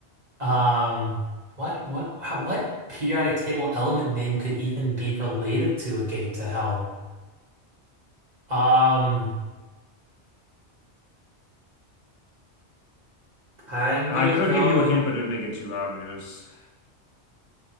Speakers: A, on the right (about 40°); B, on the left (about 65°).
A: Um, what what how, what periodic table element name could even be related to a gate to hell? Um, I'm
B: I
A: gonna
B: could
A: go.
B: give you a hint, but it would make it too obvious.